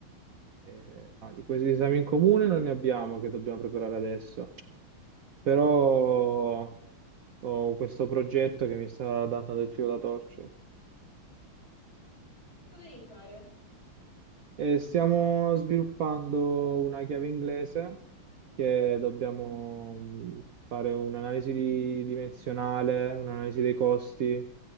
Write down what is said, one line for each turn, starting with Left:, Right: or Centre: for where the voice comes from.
Right: Eh, no, di questi esami in comune non ne abbiamo che dobbiamo preparare adesso, però ho questo progetto che mi sta dando del filo da torcere.
Left: Cosa devi fare?
Right: E stiamo sviluppando una chiave inglese che dobbiamo mh, fare un'analisi di- dimensionale, un'analisi dei costi